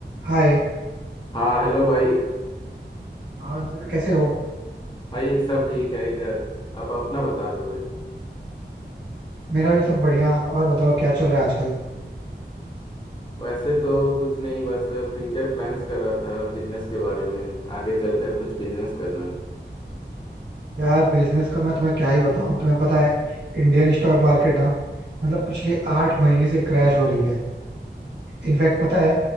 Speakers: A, on the right; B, on the left.
A: हाय
B: हाँ हेलो भाई
A: हाँ सर कैसे हो
B: भाई सब ठीक है इधर अब अपना बता दो यार।
A: मेरा भी सब बढ़िया और बताओ क्या चल रहा है आजकल
B: वैसे तो कुछ नहीं बस फ्यूचर प्लान्स कर रहा था बिजनेस के बारे में आगे चलकर कुछ बिजनेस करना था
A: यार बिजनेस का मैं तुम्हें क्या ही बताऊं तुम्हें पता है इंडियन स्टॉक मार्केट ना मतलब पिछले आठ महीने से क्रैश हो रही है इनफैक्ट पता है